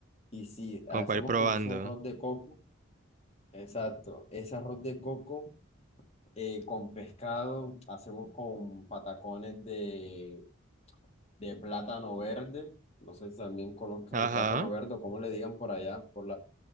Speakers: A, on the left; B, on the right.
A: Y si
B: Como
A: hacemos
B: para ir probando.
A: como ese arroz de coco, exacto, ese arroz de coco eh, con pescado, hacemos con patacones de, de plátano verde, no sé si también conozcas
B: Ajá.
A: el plátano verde o cómo le digan por allá, por la